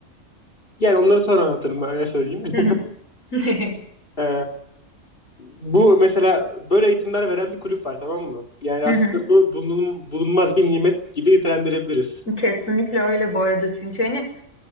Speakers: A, on the left (about 45°); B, on the left (about 75°).
A: Yani onları sonra anlatırım ben öyle söyleyeyim. <laughs>
B: Hı hı. <laughs>
A: Ee, bu mesela böyle eğitimler veren bir kulüp var tamam mı? Yani
B: Hı
A: aslında
B: hı.
A: bu bulun- bulunmaz bir nimet gibi nitelendirebiliriz.
B: Kesinlikle öyle bu arada çünkü hani